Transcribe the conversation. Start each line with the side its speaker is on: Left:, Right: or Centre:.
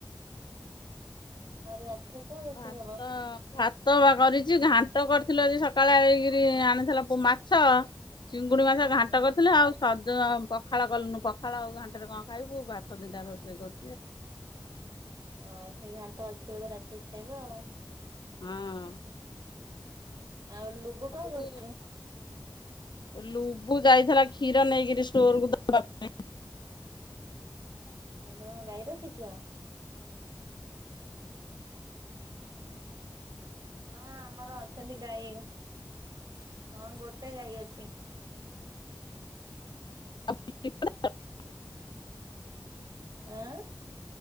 Right: ଆଜି ରାତିରେ କଣ ରୋଷେଇ
Left: ଭାତ
Right: ହବ?
Left: ଭାତ ବା କରିଛି ଘାଣ୍ଟ କରିଥିଲୁ ଆଜି ସକାଳେ ଏଇକରି ଆଣିଥିଲା ମାଛ। ଚିଙ୍ଗୁଡି ମାଛ ଘାଣ୍ଟ
Right: ଅଁ
Left: କରିଥିଲେ ଆଉ ସଜ ପଖାଳ କଲୁନୁ। ପଖାଳ ଆଉ ଘାଣ୍ଟରେ କଣ ଖାଇବୁ ଭାତ ଦି ଟା ରୋଷେଇ କରୁ
Right: ଅଁ ସେଇ ଘାଣ୍ଟ ଅଛି ବୋଧେ ରାତିକି ଖାଇବ ଆଉ?
Left: ହଁ।
Right: ଆଉ ଲୁବୁ କଣ
Left: ମୁ
Right: କରୁଚି?
Left: ଲୁବୁ ଯାଇଥିଲା କ୍ଷୀର ନେଇକିରି ଷ୍ଟୋରକୁ ଦବା ପାଇଁ।
Right: ହଁ ବା ତୁମେ ଗାଈ ରଖିଚ? ହଁ, ଆମର ଅଛନ୍ତି ଗାଈ। ହଁ, ଗୋଟେ ଗାଈ ଅଛି।
Left: <unintelligible>
Right: ଆଁ!